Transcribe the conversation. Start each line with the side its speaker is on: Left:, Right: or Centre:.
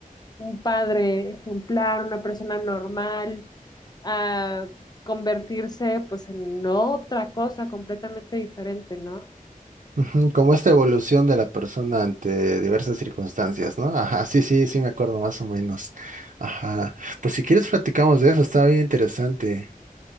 Left: un padre ejemplar, una persona normal, a convertirse, pues, en otra cosa completamente diferente, ¿no?
Right: ujú, Como esta evolución de la persona ante diversas circunstancias, ¿no? Ajá, sí, sí, sí, me acuerdo más o menos. Ajá. Pues si quieres platicamos de eso, está bien interesante.